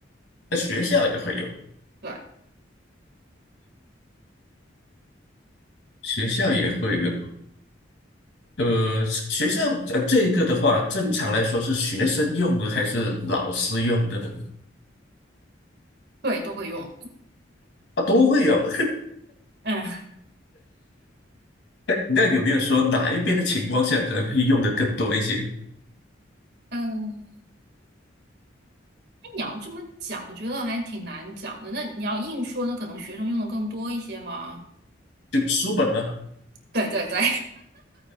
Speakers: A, on the left; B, on the right.
A: 那学校也会有，
B: 对
A: 学校也会有。呃，学校呃这一个的话，正常来说是学生用的还是老师用的呢？
B: 对，都会用。
A: 啊，都会有，
B: 嗯
A: 那有没有说哪一边的情况下可能会用的更多一些？
B: 嗯，那你要这么讲，我觉得还挺难讲的。那你要硬说，那可能学生用的更多一些吗？
A: 就书本吗？
B: 对对对，